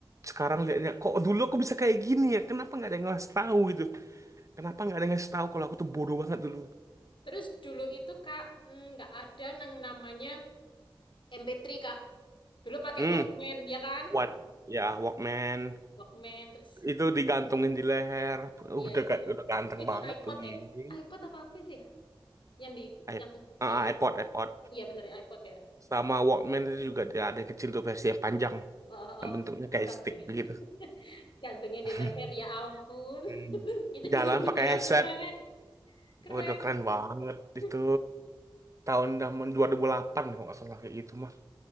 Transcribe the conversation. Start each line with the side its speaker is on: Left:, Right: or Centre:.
Right: Sekarang liatnya, kok dulu aku bisa kayak gini ya? Kenapa nggak ada yang ngasih tahu gitu? Kenapa nggak ada yang ngasih tahu kalau aku tuh bodoh banget dulu?
Left: Terus dulu itu kak mm, nggak ada yang namanya MP3 kak. Dulu pakai
Right: Hmm,
Left: Walkman ya kan?
Right: what? Ya, Walkman.
Left: Walkman terus
Right: itu digantungin di leher
Left: iya
Right: udah
Left: itu.
Right: ga- udah ganteng
Left: Apa itu
Right: banget
Left: iPod
Right: tuh gini
Left: eh? iPod apa apa itu ya? Yang di
Right: I-
Left: yang kecil.
Right: ah, ah, iPod iPod
Left: Iya bener ya, iPod ya.
Right: sama Walkman itu juga dia ada yang kecil tuh versi yang panjang
Left: Oh, oh,
Right: yang
Left: oh.
Right: bentuknya kayak
Left: Gampang.
Right: stick begitu
Left: <laughs> Gantungnya
Right: <laughs>
Left: di leher, ya ampun. <laughs>
Right: Hmm.
Left: Itu dulu
Right: jalan
Left: dibilang
Right: pakai headset
Left: keren, keren.
Right: udah keren banget itu
Left: <laughs>
Right: tahun zaman 2008 kalau nggak salah kayak gitu mah